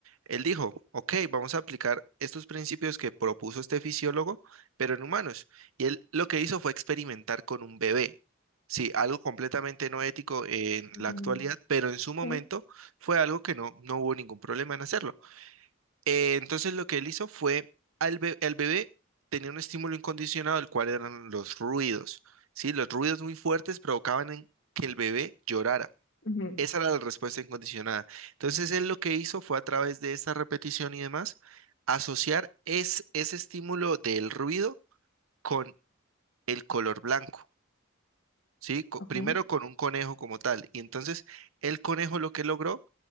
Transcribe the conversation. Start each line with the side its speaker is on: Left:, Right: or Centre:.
Right: Él dijo, ok, vamos a aplicar estos principios que propuso este fisiólogo, pero en humanos. Y él lo que hizo fue experimentar con un bebé. Sí, algo completamente no ético en
Left: no
Right: la actualidad, pero en su momento
Left: sé.
Right: fue algo que no, no hubo ningún problema en hacerlo. Eh, entonces lo que él hizo fue, al be- el bebé tenía un estímulo incondicionado, el cual eran los ruidos, ¿sí? Los ruidos muy fuertes provocaban en- que el bebé llorara.
Left: Ujú,
Right: Esa era la respuesta incondicionada. Entonces él lo que hizo fue a través de esa repetición y demás, asociar es, ese estímulo del ruido con el color blanco, ¿sí? Co-
Left: Ok.
Right: primero con un conejo como tal. Y entonces el conejo lo que logró